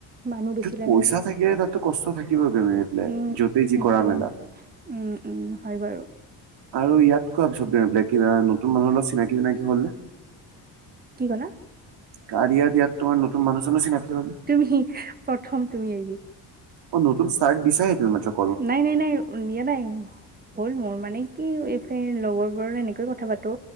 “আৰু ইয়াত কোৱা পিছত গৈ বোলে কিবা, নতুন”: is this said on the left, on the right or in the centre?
Right